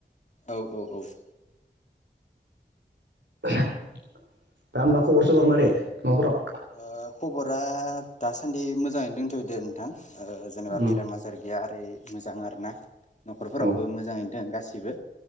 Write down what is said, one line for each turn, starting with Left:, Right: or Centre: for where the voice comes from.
Left: औ औ औ
Right: दा होमबा खबर सबर मारै न'फोराव?
Left: ओ खबरा दासान्दि मोजाङैनो दोंथयो दे नोंथां। ओ जेनेबा
Right: उम
Left: बेराम आजार गैया ओरै मोजां आरोना न'खरफोरावबो
Right: औ
Left: मोजाङैनो दोङो गासिबो।